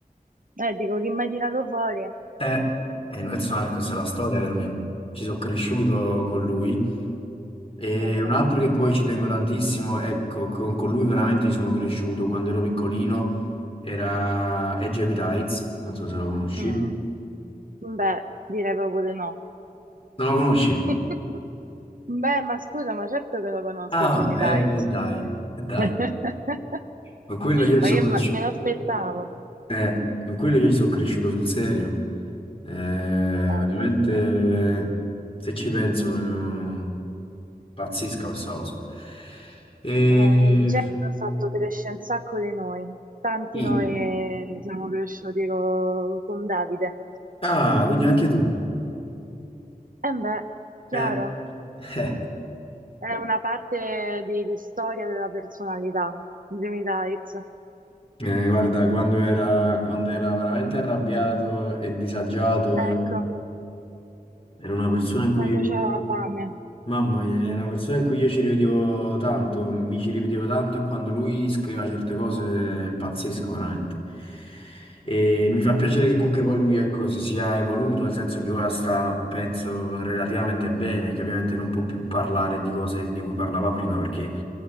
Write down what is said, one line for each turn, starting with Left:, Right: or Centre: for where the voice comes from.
Right: Eh, dico, chi mi ha tirato fuori?
Left: Eh, eh, Noyz Narcos è la storia per me, ci sono cresciuto con lui. E
Right: Concordo.
Left: un altro che poi ci tengo tantissimo, ecco, con, con lui veramente ci sono cresciuto quando ero piccolino, era è Jamie Tights, non so se lo conosci.
Right: Mm, beh, direi proprio di no.
Left: Non lo conosci?
Right: <laughs> Beh, ma scusa, ma certo che lo conosco
Left: Ah,
Right: Jimmy Dice.
Left: eh, dai, dai.
Right: <laughs>
Left: Con quello io ci
Right: Ma
Left: sono
Right: io
Left: cresciuto,
Right: ma- me l'aspettavo.
Left: eh, con quello io ci sono cresciuto sul serio. Eh, veramente,
Right: Eh, ma sì.
Left: se ci penso, eh, pazzesca questa cosa. E...
Right: Eh, il genere ha fatto crescere un sacco di noi. Tanti
Left: sì.
Right: noi siamo cresciuti co- con Davide.
Left: Ah, quindi anche tu.
Right: E beh, chiaro,
Left: Eh. <laughs> Eh.
Right: è una parte di, di storia della personalità, Jimmy Dice.
Left: Eh, guarda, quando era, quando era veramente arrabbiato e disagiato,
Right: Ecco,
Left: era, era una persona in cui
Right: quando
Left: io,
Right: c'aveva fame.
Left: mamma mia, era una persona in cui io ci rivedevo tanto, mi ci rivedevo tanto e quando lui scriveva certe cose è pazzesco, veramente. E mi fa piacere che comunque poi lui, ecco, si sia evoluto, nel senso che ora sta, penso, relativamente bene, che ovviamente non può più parlare di cose di cui parlava prima perché